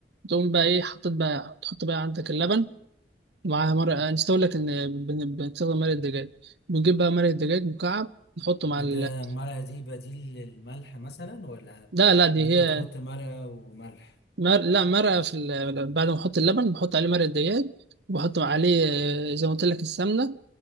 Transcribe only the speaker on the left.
اوكي
انت
المرقه دي بديل للملح مثلا ولا
ولا انت
بتحط مرقه وملح